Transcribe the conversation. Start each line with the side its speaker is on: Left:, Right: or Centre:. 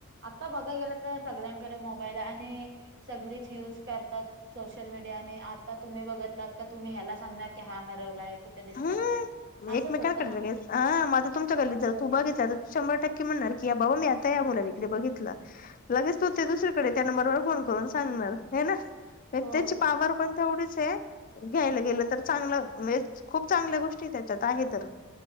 Right: आता बघा गेलं तर सगळ्यांकडे मोबाईल आणि सगळीच यूज करतात. सोशल मीडिया आणि आता तुम्ही बघितलात का तुम्ही ह्याला सांगणार की हा हरवलाय कुठे दिसला
Left: हम्म
Right: तर असंच
Left: एकमेकांकडे
Right: होतं ना
Left: लगेच हा माझा तुमच्या गल्लीत
Right: पसरत
Left: जा तू बघितला तर शंभर टक्के म्हणणार की बाबा मी मुला इकडे बघितलं लगेच तो ते दुसरीकडे त्या नंबरवर फोन करून सांगणार हे ना. म्हण
Right: हो
Left: त्याची पावर पण तेवढच आहे घ्यायला गेलं तर चांगलं म्हणजे खूप चांगल्या गोष्टी त्याच्यात आहे तर